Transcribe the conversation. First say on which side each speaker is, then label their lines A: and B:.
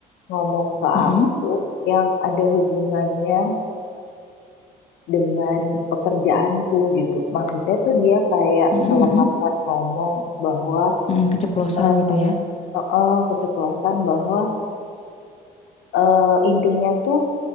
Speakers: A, on the left; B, on the left.
A: ngomong ke
B: Mm-mm.
A: aku yang ada hubungannya dengan pekerjaanku gitu. Maksudnya tuh dia kayak
B: Mm-mm.
A: kelepasan
B: Mm-mm.
A: ngomong bahwa
B: Mm-mm. Keceplosan
A: eh
B: gitu
A: eh,
B: ya?
A: eh, keceplosan bahwa eh, intinya tuh